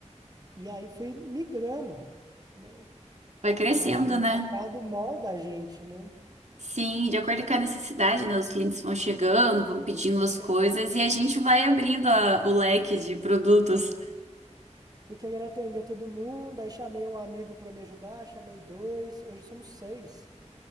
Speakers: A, on the right; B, on the right.
A: E aí foi migrando, né? A,
B: Vai crescendo,
A: a- o
B: né?
A: mercado molda a gente, né?
B: Sim, de acordo com a necessidade, né? Os clientes vão chegando, vão pedindo
A: Vão
B: as
A: chegando.
B: coisas e a gente vai abrindo a- o leque de produtos.
A: Fui querendo atender todo mundo, aí chamei um amigo para me ajudar, chamei dois, hoje somos seis.